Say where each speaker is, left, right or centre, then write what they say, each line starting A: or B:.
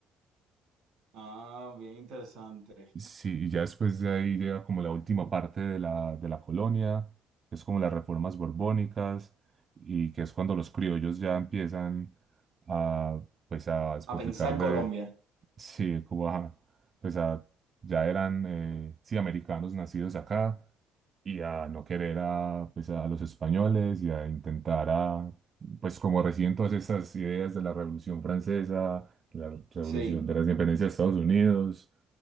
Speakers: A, on the right (about 75°); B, on the right (about 40°).
A: Ah, bien interesante.
B: Sí, y ya después de ahí llega como la última parte de la, de la colonia, que es como las reformas borbónicas, y que es cuando los criollos ya empiezan a, pues a despotricar
A: A pensar Colombia.
B: de, sí, como a, pues a, ya eran, eh, sí, americanos nacidos acá, y a no querer a, pues, a los españoles y a intentar a, pues como recién todas esas ideas de la Revolución Francesa, la Revolución
A: Sí.
B: de las Independencias de Estados Unidos,